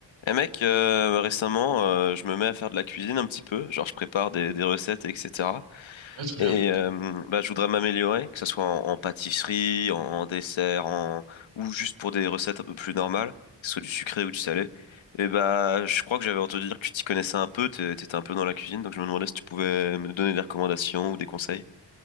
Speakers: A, on the left; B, on the right.
A: Eh mec, euh, récemment, euh, je me mets à faire de la cuisine un petit peu, genre je prépare des, des recettes, etc.
B: Ouais, très
A: Et
B: bien.
A: euh, bah, je voudrais m'améliorer, que ce soit en, en pâtisserie, en, en dessert, en... ou juste pour des recettes un peu plus normales, que ce soit du sucré ou du salé. Et bah, je crois que j'avais entendu dire que tu t'y connaissais un peu, t'é- t'étais un peu dans la cuisine, donc je me demandais si tu pouvais me donner des recommandations ou des conseils.